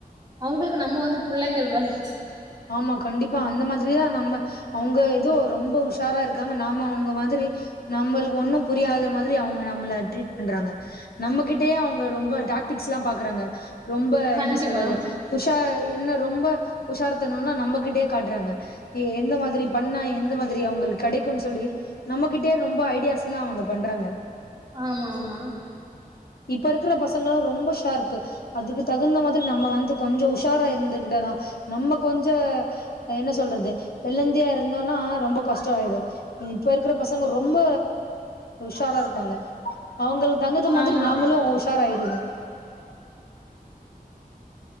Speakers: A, on the right; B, on the left.
A: அவங்களுக்கு நம்ம வந்து பிள்ளைகள் மாதிரியும்
B: ஆமா கண்டிப்பா அந்த மாதிரிதான் நம்ம அவங்க ஏதோ ரொம்ப உசா உசாரா இருக்காங்க நாம அவங்க மாதிரி நம்மளுக்கு ஒண்ணு புரியாத மாதிரி அவங்க நம்மளை ட்ரீட் பண்றாங்க நம்மகிட்டயே அவங்க ரொம்ப டாக்டிக்ஸ் லா பாக்குறாங்க ரொம்ப
A: கண்டிப்பா
B: என்ன சொல்றது உஷா என்ன ரொம்ப உஷார் சொன்னம்னா நம்மகிட்டயே காட்டுறாங்க எந்த மாதிரி பண்ணா எந்த மாதிரி அவங்களுக்கு கிடைக்குனு சொல்லி நம்மகிட்டே ரொம்ப ஐடியாஸ் லா அவங்க பண்றாங்க
A: ஆமா ஆமா
B: இப்ப இருக்கிற பசங்களும் ரொம்ப ஸ் சுதார்ப்பு அதுக்கு தகுந்த மாதிரி நம்ம வந்து கொஞ்சம் உஷ் உசாரா இருந்துக்கிட்டாதா நமக் கொஞ்ச என்ன சொல்றது வெள்ளந்தியா இருந்தோன்னா ரொம்ப கஷ்ட ஆயிடு இப்ப இருக்கிற பசங்க ரொம்ப உஷாரா இருக்கு இருக்காங்க அவங்க தங்கது மாதிரி
A: ஆமா
B: நாமளும்
A: ஆமா
B: உஷார் ஆய்டன்னு